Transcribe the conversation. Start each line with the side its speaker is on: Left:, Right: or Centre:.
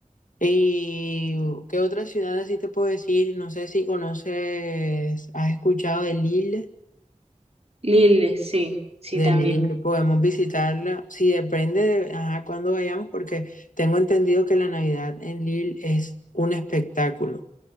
Left: ¿Y qué otra ciudad así te puedo decir? No sé si conoces, has escuchado de Lille.
Right: Lil, sí, sí,
Left: De
Right: también.
Left: Lille podemos visitarla. Sí, depende de ajá, cuándo vayamos, porque tengo entendido que la Navidad en Lille es un espectáculo.